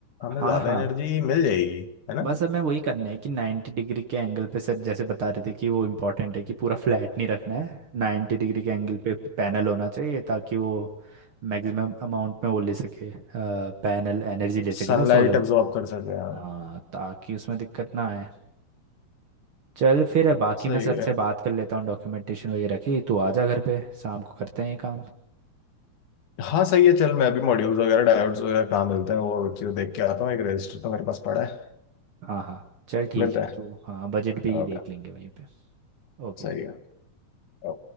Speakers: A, on the left; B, on the right.
A: हमें
B: हाँ
A: ज्यादा
B: हाँ
A: एनर्जी मिल जाएगी है ना
B: बस हमें वही करना है कि 90 डिग्री के एंगल पे सर जैसे बता रहे थे कि वो इम्पोर्टेंट है कि पूरा फ्लैट नहीं रखना है 90 डिग्री के एंगल पे पैनल होना चाहिए ताकि वो मैक्सिमम अमाउंट में वो ले सके पैनल एनर्जी ले सके
A: सनलाइट
B: ना सोलर
A: एब्जॉर्ब कर सके हाँ
B: हाँ ताकि उसमें दिक्कत ना आए चल फिर बाकी
A: सही
B: मैं सर
A: है
B: से बात कर लेता हूँ डॉक्यूमेंटेशन वगैरह की तू आ जा घर पे शाम को करते हैं ये काम
A: हाँ सही है चल मैं अभी मॉड्यूल्स वगैरह डायोड्स वगैरह कहाँ मिलते हैं वो चीज़ देख के आता हूँ एक रजिस्टर तो मेरे पास पड़ा है
B: हाँ हाँ चल ठीक
A: मिलता
B: है
A: है
B: तू हाँ बजट भी
A: ओके
B: देख लेंगे वहीं पे ओके
A: सही है